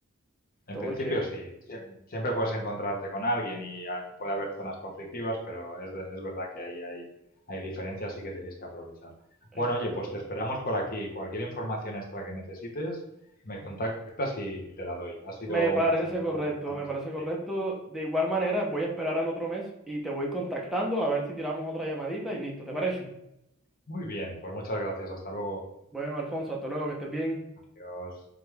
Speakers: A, in the centre; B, on the left.
A: todo
B: En principio
A: chévere.
B: sí, siem- siempre puedes encontrarte con alguien y hay- puede haber zonas conflictivas, pero es, de- es verdad que ahí hay, hay diferencias y que tenéis que aprovechar. Bueno,
A: Exactamente.
B: oye, pues te esperamos por aquí. Cualquier información extra que necesites, me contactas y, y te la doy. Ha sido
A: Me parece
B: un placer
A: correcto,
B: hablar esta noche
A: me parece
B: contigo.
A: correcto. De igual manera, voy a esperar al otro mes y te voy contactando a ver si tiramos otra llamadita y listo, ¿te parece?
B: Muy bien, pues muchas gracias. Hasta luego.
A: Bueno, Alfonso, hasta luego, que estés bien.
B: Adiós.